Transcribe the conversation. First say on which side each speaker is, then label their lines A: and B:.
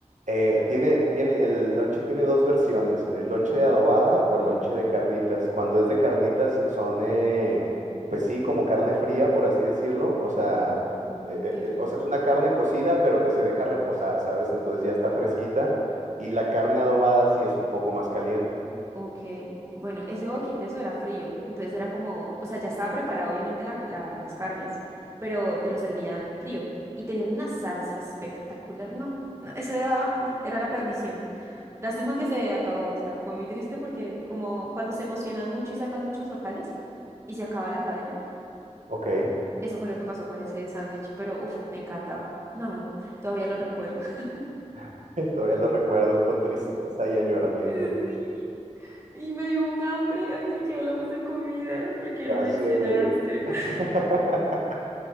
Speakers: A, on the right (about 85°); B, on the right (about 20°).
A: Eh, tiene, tiene, el lonche tiene dos versiones, el lonche de adobada o lonche de carnitas. Cuando es de carnitas son, eh, pues sí, como carne fría, por así decirlo. O sea,
B: Mm,
A: eh, eh,
B: qué rico.
A: eh, o sea, es una carne cocida, pero que se deja reposar, ¿sabes? Entonces ya está fresquita. Y la carne adobada sí es un poco más caliente.
B: Ok, bueno, ese boquiteso era frío, entonces era como, o sea, ya estaba preparado obviamente la- la- las carnes, pero te lo servían frío y tenían una salsa espectacular, no, no, eso era, no, era la perdición. Lástima que se acabó, o sea, fue muy triste porque como cuando se emocionan mucho y sacan muchos locales y se acaba la cadena.
A: Ok,
B: Eso fue lo que pasó con ese sándwich, pero uff, me encantaba. No, eh, todavía lo recuerdo. <laughs>
A: <laughs> todavía lo recuerdo con tristeza y añoramiento.
B: Sí, Y me dio un hambre. Ay, ¿por qué hablamos de comida? ¿Por qué
A: Ya
B: lo mencionaste?
A: sé. <laughs>
B: <laughs>